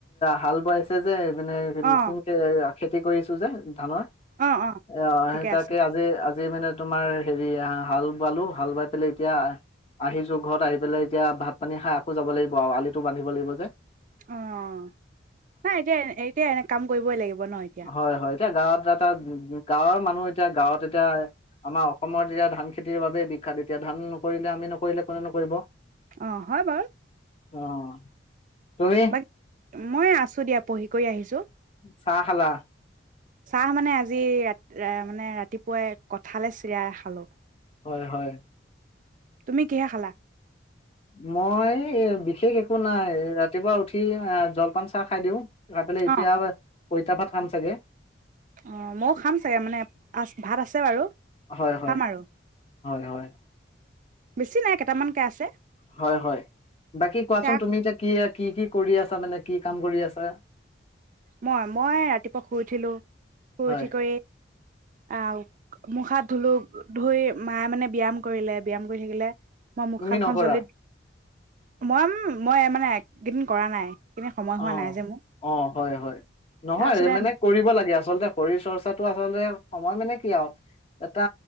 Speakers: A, on the left; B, on the right.
A: হাল বোৱাইছে। ছে যে মানে
B: অ
A: মিচিংকে খেতি কৰিছো যে ধানৰ।
B: অ অ
A: এ
B: ঠিকে
A: সেই তাকে
B: আছে
A: আজি-আজি। যি মানে তোমাৰ হেৰি হাল বোৱালো হাল বোৱাই পেলাই এতিয়া আহিছো ঘৰত আহি পেলাই এতিয়া ভাত পানী খাই আকৌ যাব লাগিব আৰু আলিটো বান্ধিব লাগিব যে।
B: অ' নাই এতিয়া-এতিয়া এনে কাম কৰিবই লাগিব। ন এতিয়া
A: হয়-হয়। এতিয়া গাঁৱত এটা উ গাঁৱৰ মানুহ এতিয়া গাঁৱত এতিয়া আমাৰ অসমত এতিয়া ধান খেতিৰ বাবোবেই বিখ্যাত, এতিয়া ধান নকৰিলে আমি নকৰিলে কোনে নকৰিব।
B: অ হয় বাৰু
A: অ', তুমি
B: বাকী মই আছো দিয়া পঢ়ি কৰি আহিছো।
A: চাহ খালা?
B: চাহ মানে আজি ৰা মানে ৰাতিপুৱাই কঠালে চিৰাই খালো।
A: হয়-হয়।
B: তুমি কিহে খালা?
A: মই বিশেষ একো নাই ৰাতিপুৱা উঠি অহ জলপান চাহ খাই দিওঁ। খাই পেলায় এতিয়া।
B: অ
A: পইতা ভাত খাম চাগে।
B: অ', ময়ো খাম চাগে মানে আ ভাত আছে বাৰু
A: হয় হয়
B: খাম আৰু।
A: হয় হয়
B: বেছি নাই কেইটামানকে আছে
A: হয় হয়, বাকী কোৱাচোন
B: এতিয়া
A: তুমি এতিয়া কি কি কি কৰি আছ ছা মানে কি কাম কৰি আছা?
B: মই মই ৰাতিপুৱা শুই উঠিলো, শুই
A: হয়
B: উঠি কৰি আহ মুখাত ধুলো, ধুই মায়ে মানে ব্যায়াম কৰিলে ব্যায়াম কৰি থাকিলে মই মুখাৰখন
A: তুমি নকৰা
B: জলি মইম মই মানে কেইদিন কৰা নাই। কিনে সময়
A: অ
B: হোৱা নাই যে মোৰ।
A: অ হয় হয়, নহয়
B: তাৰপিছতে
A: মানে কৰিব লাগে আচলতে শৰীৰ চৰ্চাটো আচলতে সময় মানে কি আৰু, এটা